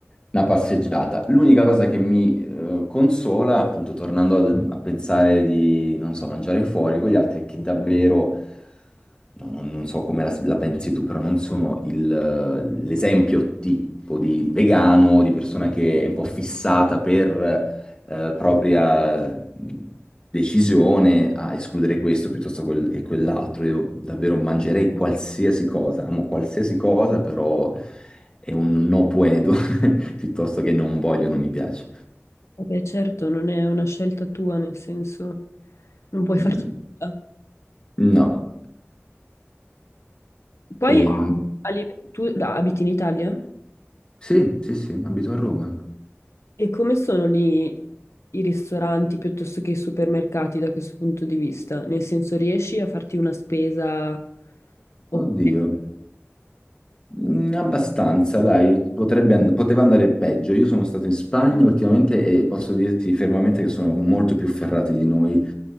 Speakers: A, on the left (about 20°); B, on the left (about 85°).
A: una passeggiata. L'unica cosa che mi eh, consola, appunto, tornando ad- a, pensare di, non so, mangiare fuori con gli altri, è che davvero, no, non, non so come la, la pensi tu, però non sono il, eh, l'esempio tipo di vegano, di persona che è un po' fissata per eh, propria decisione a escludere questo piuttosto quel- che quell'altro. Io davvero mangerei qualsiasi cosa, amo qualsiasi cosa, però è un no puedo piuttosto che non voglio, non mi piace.
B: Vabbè, certo, non è una scelta tua, nel senso non puoi
A: Mm,
B: farci
A: mm.
B: nulla.
A: No.
B: Poi
A: Ehm,
B: a live- tu da- abiti in Italia?
A: sì, sì, sì, abito a Roma.
B: E come sono lì i ristoranti piuttosto che i supermercati da questo punto di vista? Nel senso, riesci a farti una spesa ok?
A: Oddio. Mm, Abbastanza, dai, potrebbe and- poteva andare peggio. Io sono stato in Spagna ultimamente e posso dirti fermamente che sono molto più ferrati di noi,